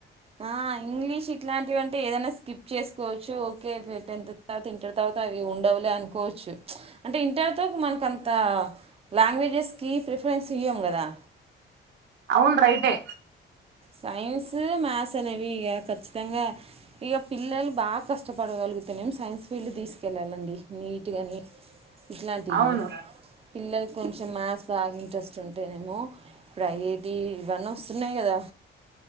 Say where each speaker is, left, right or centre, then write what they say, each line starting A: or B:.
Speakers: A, on the right; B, on the right.
A: ఆ ఇంగ్లీష్ ఇట్లాంటివి అంటే ఏదైనా స్కిప్ చేసుకోవచ్చు ఓకే టెన్త్ తర్వాత ఇంటర్ తర్వాత అవి ఉండవులే అనుకోవచ్చు అంటే ఇంటర్తో మనకంత లాంగ్వేజెస్ కి ప్రిఫరెన్స్ ఇయ్యము కదా
B: అవును రైటే
A: సైన్స్ మ్యాథ్స్ అనేవి ఇక ఖచ్చితంగా ఇక పిల్లలు బాగా కష్టపడగలుగుతేనేం సైన్స్ ఫీల్డ్ తీసుకెళ్ళాలండి నీట్గాని ఇట్లాంటి
B: అవును
A: పిల్లలకి కొంచెం మ్యాథ్స్ బాగా ఇంట్రెస్ట్ ఉంటేనేేమో ఇప్పుడు ఐ ఐ టి ఇవన్నీ వస్తున్నాయి కదా